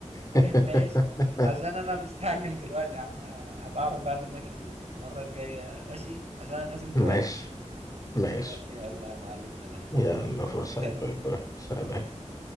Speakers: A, on the right; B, on the left.
A: طيب
B: <laughs>
A: ماشي عشان انا مستعجل دلوقتي يا عم هبقى اعرف بقى منك المرة الجاية ماشي عشان انا نازل دلوقتي
B: ماشي ماشي
A: يا- يلا يا معلم سلام
B: يلا فرصة
A: <laughs>
B: باي باي سلام
A: سلام سلام